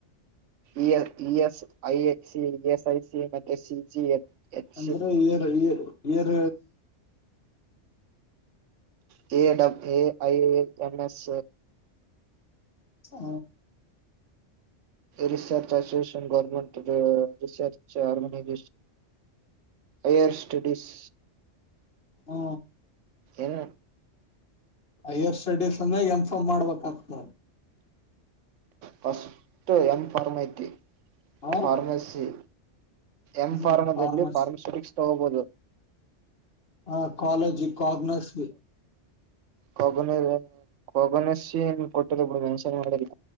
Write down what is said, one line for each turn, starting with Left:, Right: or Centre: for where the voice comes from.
Right: E A E S I A C E S I C ಮತ್ತೆ ಸಿ ಸಿ ಎ ಎಚ್
Left: ಅಂದ್ರೆ ಏರ್ ಏರ್
Right: ಕೆಡ ಐ ಎನ್ ಎಸ್
Left: ಹಾ
Right: research association government research ಆರ್ಗನೈನ್ higher studies
Left: ಹ್ಮ
Right: ಏನು
Left: ಹೈಯರ್ ಸ್ಟಡೀಸ್ ಅಂದ್ರೆ ಎನ್ಫಮ್ ಮಾಡ್ಬೇಕ್ತ ನಾವವು
Right: ಫಸ್ಟ್ ನ್ಫರ್ಮತಿ
Left: ಹ
Right: ಫಾರ್ಮಸಿ ಎಂ
Left: ಹ್ಮ್
Right: ಫಾರ್ಮದಲ್ಲಿ
Left: ಫಾರ್ಮಸಿ
Right: ಫಾರ್ಮಾಸೂಟಿಕ್ಸ್ ತೊಗಬೋದು
Left: ಆ ಕಾಲೇಜ್ ಕಾಗನಸ್
Right: ಕೊಬನ ಕೊಬನಸ ಕೊಟ್ಟಿಲಬಿಡ್ ಮೆನ್ಷನ ಮಾಡಿಲ್ಲ